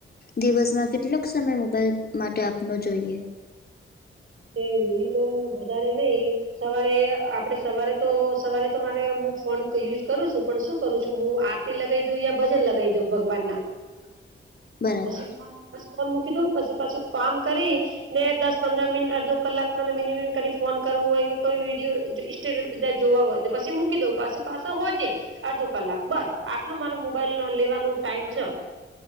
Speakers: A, on the left; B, on the right.
A: દિવસમાં કેટલોક સમય મોબાઈલ માટે આપનો જોઈએ.
B: <unintelligible> મિનિમમ વધારે નહી સવારે આપડે સવારે તો સવારે તો મારે હું ફોન યુઝ કરું છું પણ શું કરું છું હું આ લગાવી દઉ યા ભજન લગાવી દઉ ભગવાના.
A: <unintelligible> બરાબર
B: પછી ફ ફોન મૂકી દઉ પછી પાછું કામ કરી ને દસ પંદ્ર મિનટ અડધો કલાક મને મિનિમમ ફોન કરવું હોય કે કોઈ વિડીયો ઈસ્ટાગ્રામ બધા જોવા હોય તો પછી મૂકી દઉં પાસી પાસે હોજે અડધો કલાક બસ આટલો મારા મોબાઈલ લેવાનો ટાઈમ છે.